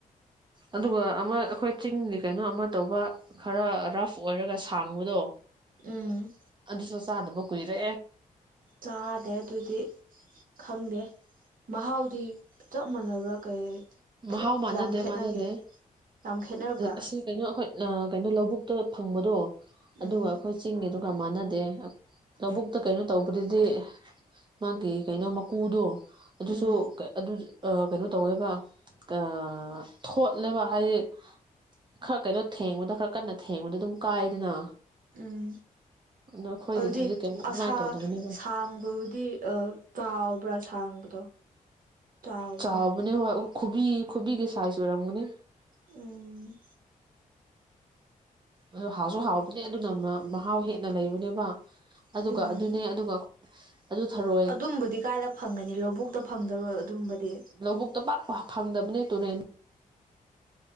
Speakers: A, on the right; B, on the right.
A: ꯑꯗꯨꯒ ꯑꯃ ꯑꯩꯈꯣꯏ ꯆꯤꯡꯒꯤ ꯀꯩꯅꯣ ꯑꯃ ꯇꯧꯕ ꯈꯔ ꯔꯐ ꯑꯣꯏꯔꯒ ꯁꯥꯡꯕꯗꯣ
B: ꯎꯝ
A: ꯑꯗꯨꯁꯨ ꯆꯥꯗꯕ ꯀꯨꯏꯔꯦ
B: ꯆꯥꯗꯦ ꯑꯗꯨꯗꯤ ꯈꯪꯗꯦ ꯃꯍꯥꯎꯗꯤ ꯆꯞ ꯃꯥꯟꯅꯕ꯭ꯔꯥ ꯀꯩ
A: ꯃꯍꯥꯎ
B: ꯀꯌꯥꯝ
A: ꯃꯥꯟꯅꯗꯦ
B: ꯈꯦꯠꯅꯒꯦ
A: ꯃꯥꯟꯅꯗꯦ
B: ꯌꯥꯝ ꯈꯦꯠꯅꯕ꯭ꯔꯥ
A: ꯑꯁꯤ ꯀꯩꯅꯣ ꯑꯩꯈꯣꯏ ꯀꯩꯅꯣ ꯂꯧꯕꯨꯛꯇ ꯐꯪꯕꯗꯣ ꯑꯗꯨꯒ
B: ꯎꯝ
A: ꯑꯩꯈꯣꯏ ꯆꯤꯡꯒꯤꯗꯨꯒ ꯃꯥꯟꯅꯗꯦ ꯂꯧꯕꯨꯛꯇ ꯀꯩꯅꯣ ꯇꯧꯕꯗꯨꯗꯤ ꯃꯥꯒꯤ ꯀꯩꯅꯣ ꯃꯀꯨꯗꯣ ꯑꯗꯨꯁꯨ
B: ꯎꯝ
A: ꯑꯗꯨ ꯑꯥ ꯀꯩꯅꯣ ꯇꯧꯋꯦꯕ ꯑꯥ ꯊꯣꯠꯂꯦꯕ ꯍꯥꯏꯗꯤ ꯈꯔ ꯀꯩꯅꯣ ꯊꯦꯡꯕꯗ ꯈꯔ ꯀꯟꯅ ꯊꯦꯡꯕꯗ ꯑꯗꯨꯝ ꯀꯥꯏꯗꯅ
B: ꯎꯝ
A: ꯑꯗꯣ ꯑꯩꯈꯣꯏꯒꯤꯗꯨꯗꯤ
B: ꯑꯗꯨꯗꯤ
A: ꯀꯩꯅꯣ ꯑꯗꯨꯃꯥꯏꯅ
B: ꯑꯁꯥ
A: ꯇꯧꯗꯕꯅꯦꯕ
B: ꯁꯥꯡꯕꯕꯨꯗꯤ ꯑꯥ ꯇꯥꯎꯕ꯭ꯔꯥ ꯁꯥꯡꯕꯗꯣ꯫ ꯆꯥꯎꯕꯗꯣ
A: ꯆꯥꯎꯕꯅꯦ ꯍꯣꯏ ꯈꯨꯕꯤ ꯈꯨꯕꯤꯒꯤ ꯁꯥꯏꯁ ꯑꯣꯏꯔꯝꯒꯅꯤ꯫
B: ꯎꯝ꯫
A: ꯑꯗꯣ ꯍꯥꯎꯁꯨ ꯍꯥꯎꯕꯅꯦ ꯑꯗꯨꯅ ꯃꯍꯥꯎ ꯍꯦꯟꯅ ꯂꯩꯕꯅꯦꯕ ꯑꯗꯨꯒ
B: ꯎꯝ
A: ꯑꯗꯨꯅꯦ ꯑꯗꯨꯒ <unintelligible> ꯑꯗꯨ ꯊꯥꯔꯛꯑꯣ꯫
B: ꯑꯗꯨꯝꯕꯗꯤ ꯀꯥꯏꯗ ꯐꯪꯒꯅꯤ ꯂꯧꯕꯨꯛꯇ ꯐꯪꯗꯕ ꯑꯗꯨꯝꯕꯗꯤ?
A: ꯂꯧꯕꯨꯛꯇ ꯄꯥꯛ-ꯄꯥꯛ ꯐꯪꯗꯕꯅꯦ ꯇꯨꯔꯦꯜ